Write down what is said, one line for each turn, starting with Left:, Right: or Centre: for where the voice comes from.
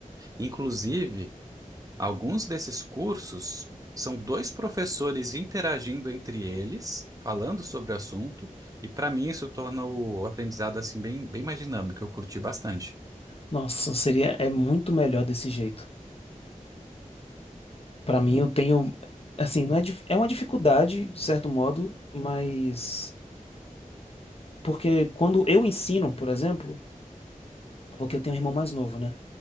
Right: Inclusive, Alguns desses cursos são dois professores interagindo entre eles, falando sobre o assunto, e para mim isso torna o aprendizado assim bem, bem mais dinâmico. Eu curti bastante.
Left: nossa, seria, é muito melhor desse jeito. Pra mim, eu tenho, assim, não é, dif- é uma dificuldade, de certo modo, mas porque quando eu ensino, por exemplo, porque eu tenho um irmão mais novo, né?